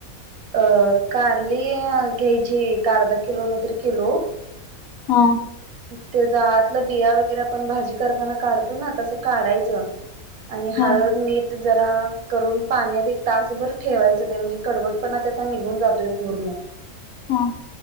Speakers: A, on the right; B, on the left.
A: अ कारली घ्यायची एक अर्धा किलो नाहीतर किलो.
B: हा.
A: त्याच आतलं बिया वगैरे आपण भाजी करताना काढतो ना तसं काढायचं. आणि हळद,
B: हा
A: मीठ जरा करून पाण्यात एक तासभर ठेवायचं ते म्हणजे कडवटपणा त्याचा निघून जातोय पूर्ण.
B: हा.